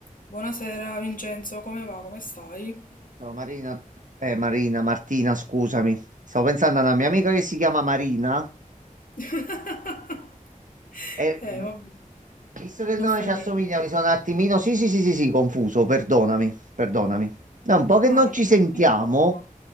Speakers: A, on the left (about 75°); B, on the right (about 65°).
A: Buonasera Vincenzo, come va? Come stai?
B: Ciao Marina, eh, Marina, Martina, scusami. Stavo pensando a una mia amica che si chiama Marina
A: <laughs>
B: e
A: Eh,
B: mm,
A: vabbè,
B: visto che il
A: non
B: nome
A: fa
B: ci
A: niente.
B: assomiglia, mi sono un attimino. Sì, sì, sì, sì, sì, confuso, perdonami, perdonami. No, un po' che
A: No,
B: non
A: no,
B: ci sentiamo,
A: non ti preoccupare.